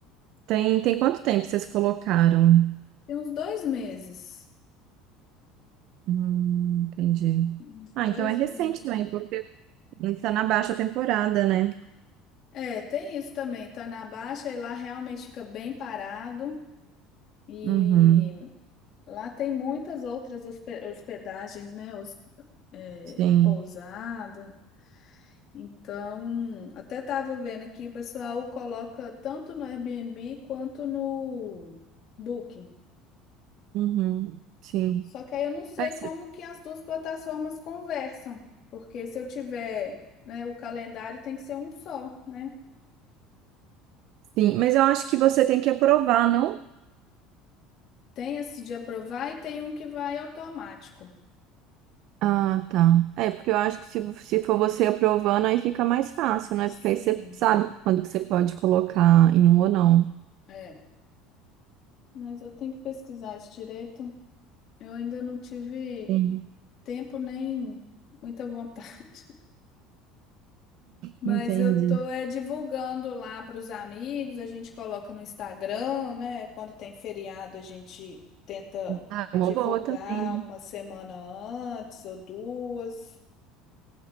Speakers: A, on the right; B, on the left.
A: Tem, tem quanto tempo vocês colocaram?
B: Tem uns dois meses.
A: Hum, entendi.
B: Uns
A: Ah,
B: dois
A: então é recente
B: meses.
A: também, porque está na baixa temporada, né?
B: É, tem isso também. Tá na baixa e lá realmente fica bem parado. E
A: Uhum,
B: lá tem muitas outras hospe- hospedagens, né? Os, é,
A: sim,
B: pousada. Então, até tava vendo aqui, o pessoal coloca tanto no Airbnb quanto no Booking.
A: uhum, sim.
B: Só que aí eu não sei
A: Mas,
B: como que as duas plataformas conversam, porque se eu tiver, né, o calendário tem que ser um só, né?
A: sim, mas eu acho que você tem que aprovar, não?
B: Tem esse de aprovar e tem um que vai automático.
A: Ah, tá. É, porque eu acho que se, se for você aprovando, aí fica mais fácil, né?
B: Sim,
A: Porque aí você sabe quando que você pode colocar em um ou não.
B: é. Mas eu tenho que pesquisar isso direito. Eu ainda não tive
A: Sim,
B: tempo nem muita vontade. Mas
A: entendi.
B: eu tô é, divulgando lá para os amigos, a gente coloca no Instagram, né? Quando tem feriado, a gente tenta
A: Ah,
B: divulgar
A: é uma boa também,
B: uma
A: né?
B: semana antes ou duas.